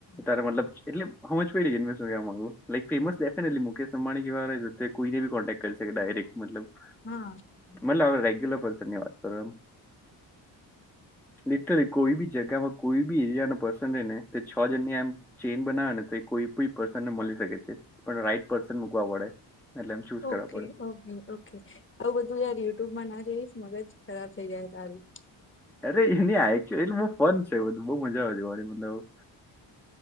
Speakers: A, in the centre; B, on the left.
A: તારે મતલબ એટલે હમજ પૈડી હું શું કેવા માંગુ છું. <unintelligible> કોઈને કોન્ટેક્ટ કરીકે ડાયરેક્ટ મતલબ
B: હા.
A: મતલ રેગ્યુલર પર્સનની વાત કરો એમ. લિટરલી કોઈ બી જગામાં કોઈ બી એરિયા ન પસંદેને છ જન ની એમ ચેન બનાવે ને તો કોઈ પણ પર્સન ને મળી શકે છે પણ રાઈટ પર્સન મૂકવા પડે. એટલે એમ ચૂઝ કરવા
B: ઓકે
A: પડે
B: ઓકે. ઓકે. આવું બધું યાર યુટ્યુબમાં ના જોઈશ મગજ ખરાબ થઇ જાય તારું.
A: અરે એલી આચ્યું એટલે બહુ ફન છે બધું બહુ મજા આવે જોવાની મતલબ.